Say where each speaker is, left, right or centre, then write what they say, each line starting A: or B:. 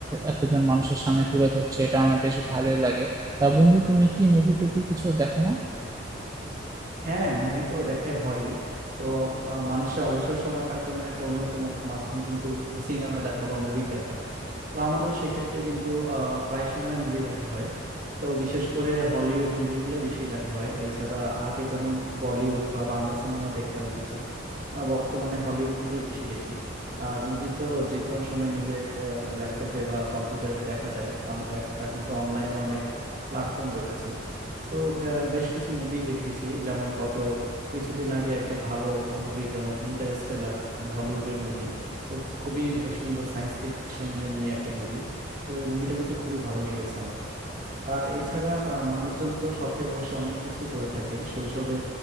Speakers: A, on the right (about 20°); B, on the right (about 45°).
A: এতজন মানুষের সামনে তুলে ধরছে এটা আমার বেশ ভালোই লাগে তা বন্ধু তুমি কি মুভি টুভি কিছু দেখো না
B: হ্যাঁ মুভি তো দেখাই হয় তো আহ, মানুষের অবসর সময় কাটানোর একটা অন্যতম মাধ্যম কিন্তু সিনেমা দেখা বা মুভি দেখা তো আমারও সেক্ষেত্রে কিন্তু আহ, প্রায় সময় মুভি দেখা হয় তো বিশেষ করে হলিউড মুভিগুলোই বেশি দেখা হয় এছাড়া আগে যেমন বলিউড বা বাংলা সিনেমা দেখতাম কিছু আহ, বর্তমানে হলিউড গুলোই বেশি দেখি আর মুভি তো যে কোনো সময় নিজের ল্যাপটপে বা কম্পিউটারে দেখা যায় অন- এখন তো অনলাইনে অনেক প্ল্যাটফর্ম রয়েছে তো বেশ কিছু মুভি দেখেছি যেমন গত কিছুদিন আগে একটা ভালো মুভি যেমন ইন্টারস্টেলার হলিউডের মুভি তো খুবই সুন্দর সায়েন্স ফিকশন নিয়ে একটা মুভি তো এই মুভিটা কিন্তু খুবই ভালো লেগেছে আমার আর এছাড়া আহ, মানুষজন তো শখের বশে অনেক কিছুই করে থাকে শৈশবে